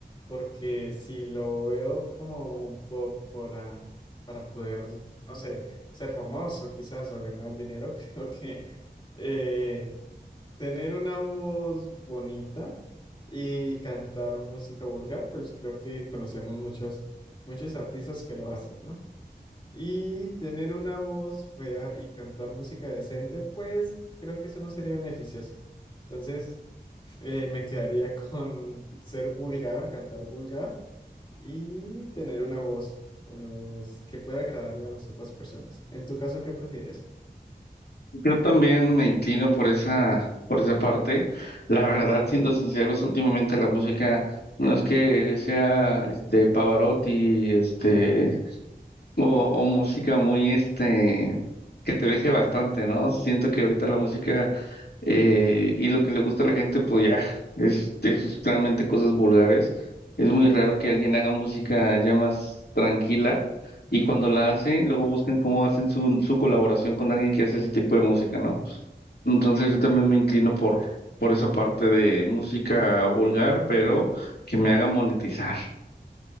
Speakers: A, on the left (about 30°); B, on the left (about 70°).
A: porque si lo veo como po- para, para poder, no sé, ser famoso quizás o ganar dinero, <laughs> creo que eh, tener una voz bonita y cantar música vulgar, pues creo que conocemos muchos, muchos artistas que lo hacen, ¿no? Y tener una voz fea y cantar música decente, pues creo que eso no sería beneficioso. Entonces, eh, me quedaría con ser vulgar, cantar vulgar y tener una voz, una voz que pueda agradarle a las otras personas. En tu caso, ¿qué prefieres?
B: Yo también me inclino por esa, por esa parte. La verdad, siendo sinceros, últimamente la música no es que sea este Pavarotti, este O, o música muy, este, que te deje bastante, ¿no? Siento que ahorita la música eh, y lo que le gusta a la gente, pues ya, es, es realmente cosas vulgares. Es muy raro que alguien haga música ya más tranquila y cuando la hacen, luego buscan cómo hacen su, su colaboración con alguien que hace ese tipo de música, ¿no? Entonces yo también me inclino por, por esa parte de música vulgar, pero que me haga monetizar.